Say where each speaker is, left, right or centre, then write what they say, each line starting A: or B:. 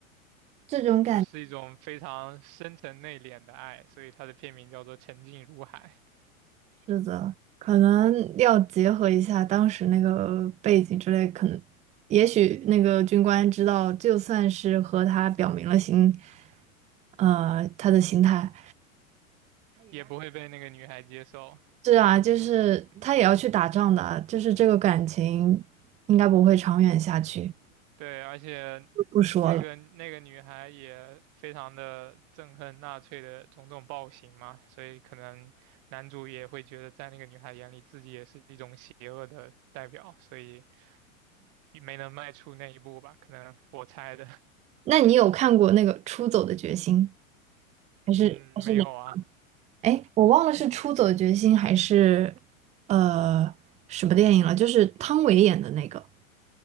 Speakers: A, on the right (about 15°); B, on the right (about 45°).
A: 这种
B: 就是一种非常深沉内敛的爱，所以它的片名叫做《沉静如海》。
A: 是的，可能要结合一下当时那个背景之类，可能也许那个军官知道，就算是和他表明了心，呃，他的心态，
B: 也不会被那个女孩接受。
A: 是啊，就是他也要去打仗的啊就是这个感情应该不会长远下去，
B: 对，而且
A: 就不说了。
B: 那个那个女孩也非常的憎恨纳粹的种种暴行嘛，所以可能男主也会觉得在那个女孩眼里自己也是一种邪恶的代表，所以没能迈出那一步吧，可能我猜的。<laughs>
A: 那你有看过那个《出走的决心》还是还是哪？
B: 嗯，没有啊，
A: 哎，我忘了是《出走的决心》还是呃什么电影了，就是汤唯演的那个。